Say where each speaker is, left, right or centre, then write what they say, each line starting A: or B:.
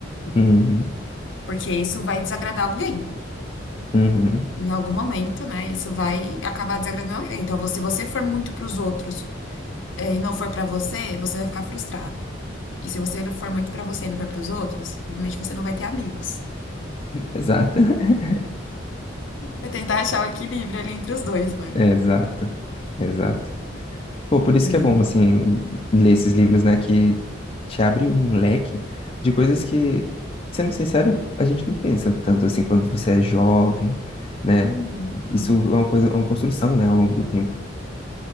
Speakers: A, on the left; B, on the left.
A: uhum,
B: porque isso vai desagradar alguém.
A: uhum.
B: Em algum momento, né? Isso vai acabar desagradando alguém. Então, se você for muito para os outros, é, e não for para você, você vai ficar frustrado. E se você for muito para você e não for para os outros, provavelmente você não vai ter amigos.
A: Exato, <laughs>
B: É tentar achar o equilíbrio ali entre os dois, né?
A: exato, exato. Pô, por isso
B: E.
A: que é bom, assim, ler esses livros, né, que te abre um leque de coisas que, sendo sincero, a gente não pensa tanto, assim, quando você é jovem, né?
B: Hum, não.
A: Isso é uma coisa, é uma construção, né, ao longo do tempo.